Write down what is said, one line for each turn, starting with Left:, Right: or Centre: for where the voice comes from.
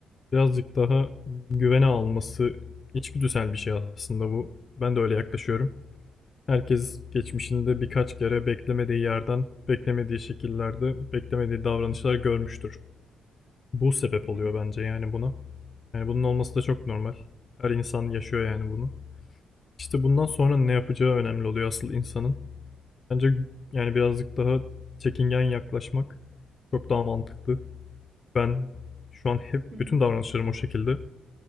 Left: birazcık daha güvene alması içgüdüsel bir şey aslında bu. Ben de öyle yaklaşıyorum. Herkes geçmişinde birkaç kere beklemediği yerden, beklemediği şekillerde, beklemediği davranışlar görmüştür. Bu sebep
Right: Hı
Left: oluyor
Right: hı.
Left: bence yani buna. Yani bunun olması da çok normal. Her insan yaşıyor yani bunu. İşte bundan sonra ne yapacağı önemli oluyor asıl insanın. Bence yani birazcık daha çekingen yaklaşmak çok daha mantıklı. Ben şu an hep
Right: Hı hı.
Left: bütün davranışlarım o şekilde.